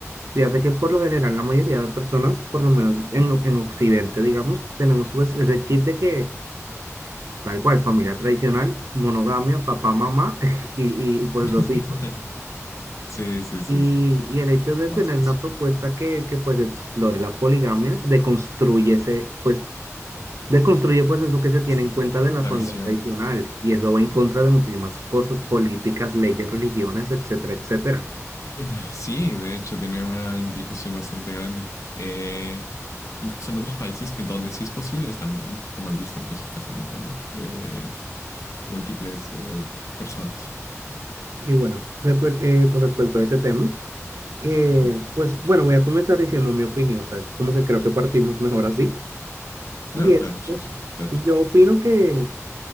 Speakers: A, on the right; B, on the left.
A: Fíjate que por lo general la mayoría de personas, por lo menos en, en Occidente, digamos, tenemos pues ese chip de que Tal cual, familia tradicional, monogamia, papá, mamá <laughs> y, y, pues
B: <laughs>
A: los hijos.
B: Sí, sí, sí,
A: Y,
B: sí,
A: y el hecho de
B: lo más
A: tener
B: básico.
A: una propuesta que, que pues explore la poligamia, deconstruye ese, pues deconstruye pues eso que se tiene
B: Sí,
A: en cuenta
B: sí.
A: de la
B: la
A: familia
B: visión.
A: tradicional y eso va en contra de muchísimas cosas, políticas, leyes, religiones, etcétera, etcétera.
B: Eh, sí, de hecho, tiene una implicación bastante grande. Eh, incluso en otros países que donde sí es posible está un poquito mal visto incluso el casamiento, ¿no? De múltiples eh, personas.
A: Y bueno, por ejemplo, eh, con respecto a ese tema, eh,
B: Mm.
A: pues bueno, voy a comenzar diciendo mi opinión, o sea, es como que creo que partimos mejor así. Y
B: Claro,
A: es,
B: claro, sí, sí. date.
A: yo opino que